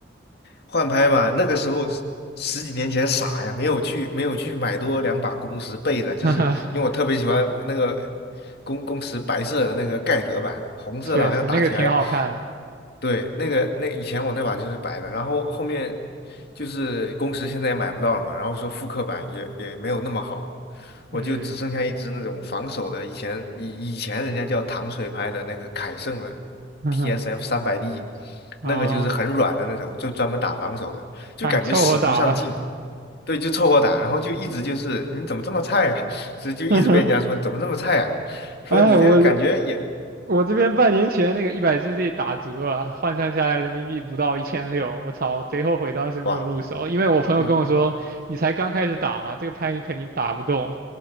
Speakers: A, on the left; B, on the right.
A: 换拍嘛，那个时候十十几年前傻呀，没有去没有去买多两把公时备着，就是因为我特别喜欢那个
B: <laughs>
A: 公公时白色的那个盖德版，红色的好像打起来
B: 确实那个挺好看的。
A: 对，那个那以前我那把就是白的，然后后面就是工时现在也买不到了嘛，然后说复刻版也也没有那么好，
B: 嗯，
A: 我就只剩下一只那种防守的，以前以以前人家叫糖水拍的那个凯盛的
B: <laughs>
A: TSF 三百 D，
B: 啊，
A: 那个就是很软的那种，就专门打防守的，就感觉使不上劲，
B: 哎，凑合打吧。
A: 对，就凑合打，然后就一直就是你怎么这么菜啊，<laughs> 所以就一直被人家说怎么这么菜啊，
B: <laughs>
A: 说你这个感觉也
B: 哎，我我这边半年前那个一百 GG 打折啊，换算下来人民币不到一千六，我操，贼后悔当时没有入手，
A: 哇。
B: 因为我朋友跟我说，
A: 嗯。
B: 你才刚开始打嘛，这个拍你肯定打不动。